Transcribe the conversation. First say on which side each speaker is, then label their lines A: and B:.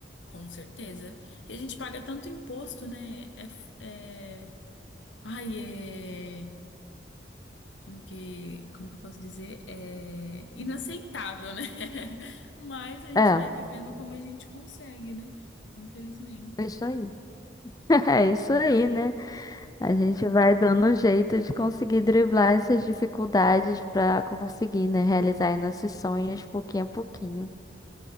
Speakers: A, on the left; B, on the left.
A: com certeza. E a gente paga tanto imposto, né? É, f- é Ai, é. Como que, como que eu posso dizer? É inaceitável, né? <laughs> Mas a gente
B: É,
A: vai vivendo como a gente consegue, né? Infelizmente.
B: é isso aí. <laughs> É isso aí, né? A gente vai dando um jeito de conseguir driblar essas dificuldades para conseguir, né, realizar aí nossos sonhos pouquinho a pouquinho.